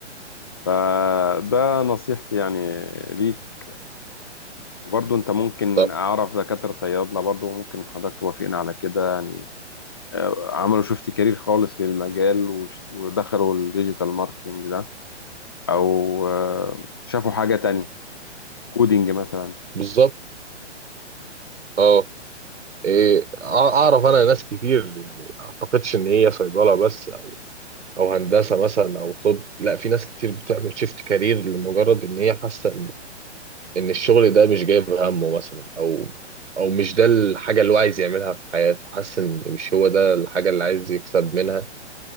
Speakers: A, on the left (about 20°); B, on the right (about 75°).
A: فده نصيحتي يعني ليك وبرضه انت ممكن
B: طب
A: اعرف دكاترة صيادلة برضه ممكن حضرتك توافقنا على كده يعني آه، عملوا شفت كارير خالص للمجال وش- ودخلوا الديجيتال ماركتينج ده او آه، شافوا حاجة تانية كودينج مثلا
B: بالظبط اه إيه أع- اعرف انا ناس كتير يعني اعتقدش ان هي صيدله بس او أو هندسه مثلا او طب لا في ناس كتير بتعمل شيفت كارير لمجرد ان هي حاسه ان إن الشغل ده مش جايب همه مثلا او او مش ده الحاجه اللي هو عايز يعملها في حياته حاسس ان مش هو ده الحاجه اللي عايز يكسب منها